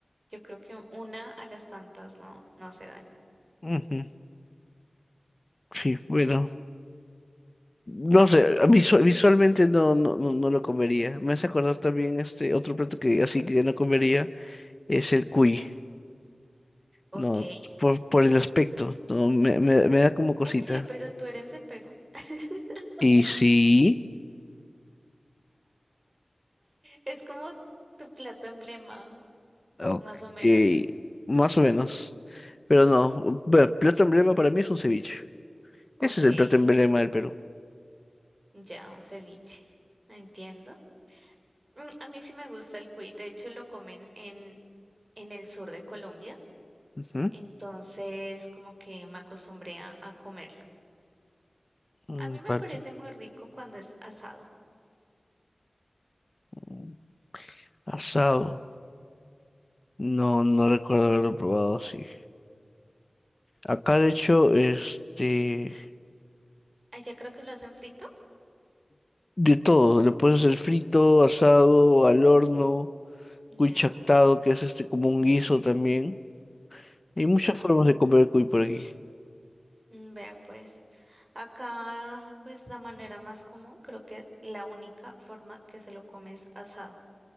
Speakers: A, on the right (about 35°); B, on the left (about 35°).
A: yo creo que una a las tantas no, no hace daño.
B: Ujú, Sí, bueno. No sé, a mí visu- visualmente no, no, no, no lo comería. Me hace acordar también este otro plato que así que no comería es el cuy.
A: Ok.
B: No, por, por el aspecto, no, me, me, me da como cosita.
A: Oye, pero tú eres de Perú. <laughs>
B: Y sí,
A: Es como tu plato emblema,
B: ok,
A: más o menos.
B: más o menos. Pero no, bueno, plato emblema para mí es un ceviche.
A: Ok,
B: Ese es el plato emblema del Perú.
A: ya un ceviche. Entiendo. Mm, A mí sí me gusta el cuy. De hecho, lo comen en, en el sur de Colombia.
B: Ujú.
A: Entonces, como que me acostumbré a, a comerlo.
B: Mm,
A: A mí me
B: par-
A: parece muy rico cuando es asado.
B: mm, Asado. No, no recuerdo haberlo probado así. Acá de hecho, este...
A: Ah, ya creo que lo hacen frito.
B: De todo, le puedes hacer frito, asado, al horno,
A: Ya,
B: cuy chactado, que es este como un guiso también. Hay muchas
A: ya.
B: formas de comer el cuy por aquí.
A: Mm, Vea, pues acá, pues la manera más común, creo que la única forma que se lo come es asado.